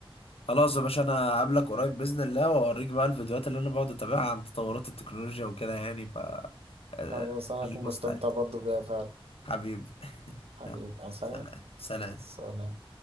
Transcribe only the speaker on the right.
خلاص أنا
هكون
مستمتع برضه بيها فعلا
حبيبي
عسلامة
سلام